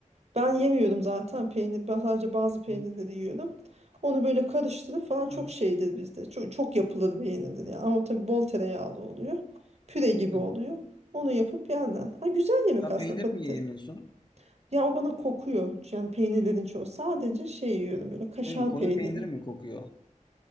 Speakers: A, on the right; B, on the left.
A: ben yemiyordum zaten peynir. Ben sadece bazı peynirleri
B: Hı
A: yiyorum. Onu böyle karıştırıp falan çok
B: hı.
A: şeydir bizde. Çok, çok yapılır peynirleri. Yani. Ama tabii bol tereyağlı oluyor. Püre gibi
B: Hı
A: oluyor.
B: hı.
A: Onu yapıp yerler. Ha, güzel yemek
B: Sen
A: aslında
B: peynir
A: patates.
B: niye yemiyorsun?
A: Ya o bana kokuyor. Yani peynirlerin çoğu. Sadece şey yiyorum böyle kaşar
B: Değil mi? Koyun
A: peyniri.
B: peyniri mi kokuyor?